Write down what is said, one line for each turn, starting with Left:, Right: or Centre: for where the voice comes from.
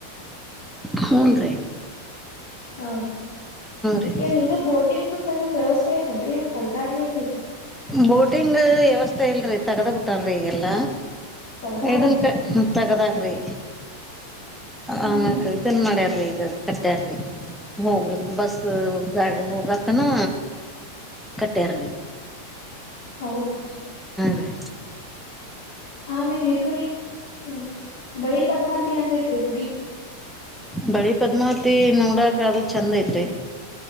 Centre: ಹೋನ್ ರ
Left: ಹೌದೇನ್ರಿ.
Centre: ರೀ
Left: ಏನ್ ಇದು ಬೋಟಿಂಗ್ದ್ದದ ವ್ಯವಸ್ಥೆ ಐತನ್ರರಿ ಏನ್ ತಗ್ದಾರ್ ಇಿದೆ
Centre: ಬೋಟಿಂಗ್ ವ್ಯವಸ್ಥೆ ಇಲ್ರರಿ ತಗದ ಬಿಟಾರೀ ಈಗೆಲ್ಲಾ
Left: ತಗದಾರೇನ್ರಿ.
Centre: ಇದನ್ ಕ ತಗದಕ್ರಿ
Left: ಹ್ಮ್
Centre: ಆೀ ತನ್ ಮಾಡ್ಯಾರ್ರಿ ಈಗ ಕಟ್ಟಾರಿ ಹೋಗ್ಲಿಕ್ ಬಸ್ ಗಾಡಿ ಹೋಗಕನಾ ಕಟ್ಟೆರ
Left: ಹೌದುು
Centre: ರೀ
Left: ಆಮೇಲ್ ಇದದುರೀ ಏನ್ರರಿ ಬಳಿ ಪದ್ಮಾತಿ ಹಂಗೈತ್ರಿ ಗುಡಿ
Centre: ಬಳಿ ಪದ್ಮಾವತಿ ನೋಡಕ ಆದ ಚೆಂದ ಐತ್ರಿ